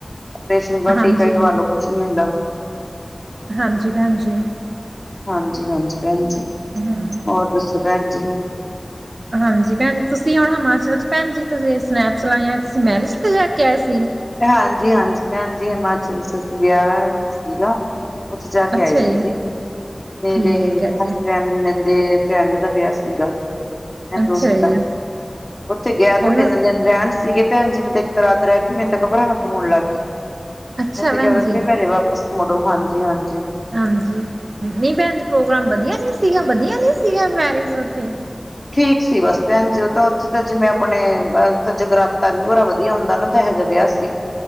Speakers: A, on the left (about 30°); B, on the right (about 70°).
A: ਪ੍ਰਰੇਸ਼ਨ ਦਾ
B: ਹਾਂਜੀ,
A: ਟੀਕਾ ਹੀ ਲਵਾ ਲਓ ਕੁੱਛ ਨੀ ਹੁੰਦਾ।
B: ਹਾਂਜੀ, ਭੈਣ ਜੀ।
A: ਹਾਂਜੀ- ਹਾਂਜੀ ਭੈਣ ਜੀ,
B: ਹਾਂਜੀ।
A: ਹੋਰ ਦੱਸੋ ਭੈਣ ਜੀ?
B: <inaudible> ਹਾਂਜੀ ਭੈਣ ਜੀ, ਤੁਸੀਂ ਹੁਣ ਹਿਮਾਚਲ 'ਚ ਭੈਣ ਜੀ ਤੁਸੀਂ ਸਨੈਪਸਲਾ ਜਾਂ ਤੁਸੀਂ ਮੈਰਿਜ 'ਤੇ ਜਾ ਕੇ ਆਏ ਸੀ।
A: ਹਾਂਜੀ-ਹਾਂਜੀ ਭੈਣ ਜੀ, ਹਿਮਾਚਲ 'ਚ ਅਸੀਂ ਵਿਆਹ ਸੀਗਾ। ਉੱਥੇ ਜਾ
B: ਅੱਛਾ
A: ਕੇ ਆਈ ਸੀਗੇ,
B: ਜੀ
A: ਮੇਰੇ
B: ਠੀਕ ਹੈ
A: ਹਸਬੈਂਡ।
B: ਜੀ
A: ਨੇ ਦੇ ਫਰੈਂਡ ਦਾ ਵਿਆਹ ਸੀਗਾ। ਮ
B: ਅੱਛਾ
A: ਦੋਸਤ
B: ਜੀ
A: ਦਾ, ਉਥੇ ਗਿਆ
B: ਹੁਣ
A: ਤਾਂ ਤਿੰਨ ਦਿਨ ਰੈਂਨ ਸੀਗੇ ਪੈਣ ਜੀ ਵੇ ਤੇ ਏਕ ਰਾਤ ਰੈ ਕੇ ਕਿ ਮੈਨੂੰ ਤਾਂ ਬਰਾਹਟ ਹੋਣ ਲੱਗ ਗਈ,
B: ਅੱਛਾ
A: ਮੈ ਤਾਂ
B: ਭੈਣ
A: ਕੈਂਨ ਲਗੀ
B: ਜੀ
A: ਕਰੇ ਵਾਪਿਸ ਮੁੜੋ ਹਾਂਜੀ-ਹਾਂਜੀ।
B: ਹਾਂਜੀ, ਨਈ ਪੈਨ ਜੀ ਪ੍ਰੋਗਰਾਮ ਵਧੀਆ ਨੀ ਸੀਗਾ-ਵਧੀਆ ਨੀ ਸੀਗਾ ਮੈਰਿਜ ਓਥੇ
A: ਠੀਕ ਸੀ ਬਸ ਪੈਨ ਜੀ ਓਹ ਤਾਂ ਓਥੇ ਤਾਂ ਜਿਵੇਂ ਆਪਣੇ ਜਗਰਾਤਾ ਵੀ ਭੋਰਾ ਵਧੀ ਇਹ ਹੁੰਦਾ ਨਾ ਤਾਂ ਇਹੋ ਜਿਹਾ ਵਿਹਾ ਸੀ।